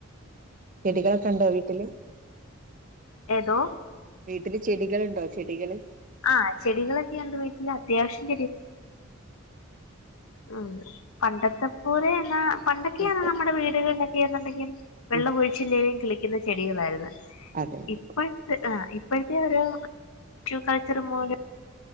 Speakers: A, on the right; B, on the left.
A: ചെടികളൊക്കെ ഉണ്ടോ വീട്ടില്
B: ഏതോ
A: വീട്ടില് ചെടികളുണ്ടോ ചെടികള്
B: ആ ചെടികളൊക്കെയുണ്ട് വീട്ടിൽ അത്യാവശ്യം ഉ പണ്ടത്തെ പോര എന്ന എന്നാ പണ്ടൊക്കെയാണ്
A: ഉം
B: നമ്മുടെ വീടുകളില എന്നുണ്ടെങ്കിൽ വെള്ളം
A: ഉം
B: ഒഴിച്ചില്ലേങ്കും കളിക്ക പൂക്കുന്ന ചെടികളായിരുന്നു
A: അതെ അതെ
B: ഇപ്പത്തെ ആ ഇപ്പോഴത്തെ ഒരു കളിച്ചറ മൂല